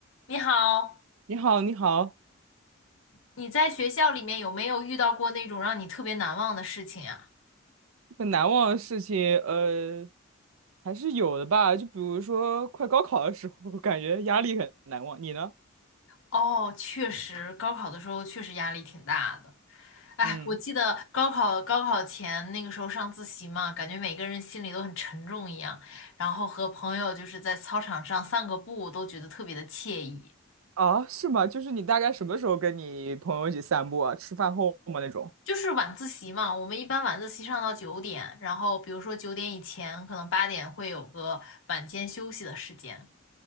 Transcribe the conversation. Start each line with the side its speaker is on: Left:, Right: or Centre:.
Left: 你好，
Right: 你好，你好，
Left: 你在学校里面有没有遇到过那种让你特别难忘的事情呀？
Right: 很难忘的事情，呃，还是有的吧。就比如说，快高考的时候，<laughs> 我感觉压力很难忘。你呢？
Left: 哦，确实，高考的时候确实压力挺大的。哎，
Right: 嗯，
Left: 我记得高考高考前那个时候上自习嘛，感觉每个人心里都很沉重一样，然后和朋友就是在操场上散个步，都觉得特别的惬意。
Right: 啊，是吗？就是你大概什么时候跟你朋友一起散步啊？吃饭后吗那种？
Left: 就是晚自习嘛，我们一般晚自习上到九点，然后比如说九点以前，可能八点会有个晚间休息的时间。